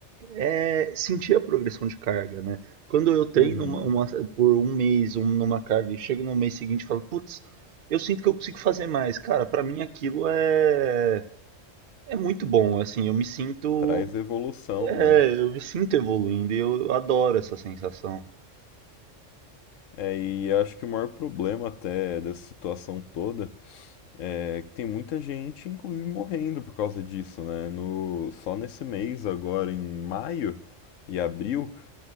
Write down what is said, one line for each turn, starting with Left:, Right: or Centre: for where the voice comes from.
Right: é sentir a progressão de carga, né? Quando eu treino
Left: uhum.
Right: uma, uma- por um mês um, numa carga e chego no mês seguinte e falo, putz, eu sinto que eu consigo fazer mais. Cara, pra mim aquilo é, é muito bom, assim, eu me sinto,
Left: Traz evolução,
Right: é,
Left: né?
Right: eu me sinto evoluindo e eu, eu adoro essa sensação.
Left: É, e acho que o maior problema até dessa situação toda é que tem muita gente, inclusive, morrendo por causa disso, né? No, só nesse mês, agora em maio e abril,